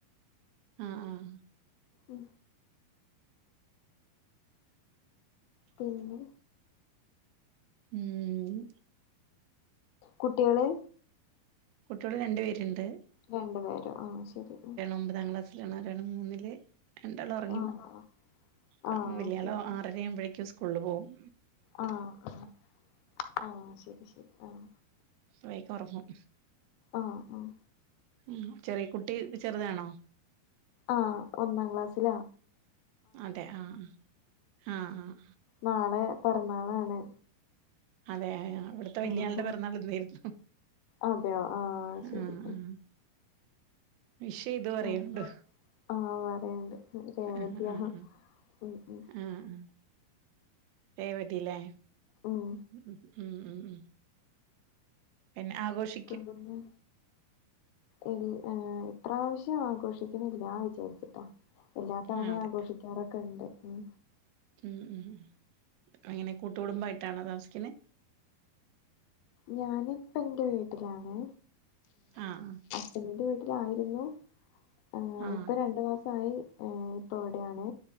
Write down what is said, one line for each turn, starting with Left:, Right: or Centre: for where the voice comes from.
Right: ആഹ് ആഹ്
Left: ഉം പിന്നെ
Right: ഉം ഉംമ്മ്
Left: കുട്ടികള്
Right: കുട്ട്യൊള് രണ്ട്പേര്ണ്ട്
Left: രണ്ട്പേരൊ ആഹ് ശെരി ഉം
Right: ഒമ്പതാംക്ലാസ് പിന്നൊള്ളരെണം മൂന്നില് രണ്ടാള്വൊറങ്ങി
Left: ആഹ് ആഹ്
Right: ക
Left: ആഹ്
Right: വല്യാള്
Left: ശരി
Right: ആറരമ്പഴെക്കും സ്കൂള്ല് പോകും
Left: ആഹ് ആഹ് ആഹ് ശെരി ശെരി ആഹ്
Right: വേഗ്വറങ്ങും
Left: ആഹ് ആഹ്
Right: ഉം ചെറിയ കുട്ടി ത്ചെറുതാണോ
Left: ആഹ് ഒന്നാം ക്ലാസ്സ്ലാ
Right: അതെ ആഹ് ആഹ് ആഹ്
Left: നാളെ പെറന്നാളാണ്
Right: അതെ യാ ഇവ്ട്ത്തെ വല്യാള്ടെ
Left: ആഹ്
Right: പെറന്നാളിന്നായ്ര്ന്നു
Left: അതെയോ
Right: ആഹ്
Left: ശരി
Right: ആഹ് വിഷേയ്തു പറയ്ൺണ്ട്
Left: ആഹ് ആഹ് പറയൺണ്ട് രേവതിയാ
Right: ആഹ് ആഹ്
Left: ഉം ഉം
Right: ആഹ് ആഹ് രേവതില്ലേ
Left: ഉം
Right: ഉംമ് ഉം ഉം ഉം പിന്നെ ആഗോഷ്
Left: ക്ക്യുന്നുന്നെ ഇല്ല് ഏഹ് ഇപ്രാവശ്യം ആഘോഷിക്കുന്നില്ലാ വിചാരിച്ചിട്ടാ എല്ലാത്തവണെ
Right: ആഹ് അതെ
Left: ആഘോഷിക്കാറൊക്കെണ്ട് ഉം
Right: ഉം ഉം എങ്ങനെ കൂട്ടുകുടുംമ്പായ്ട്ടാണോ താമസിക്ക്ന്നെ
Left: ഞാനിപ്പന്റെ വീട്ടിലാണ്
Right: ആഹ് ആഹ്
Left: സ്ബ്ന്റെ വീട്ടിലായ്ര്ന്നു ഏഹ്
Right: ആഹ് ആഹ്
Left: ഇപ്പൊ രണ്ടുമാസായ് ഉം ഇപ്പൊവ്ടെയാണ്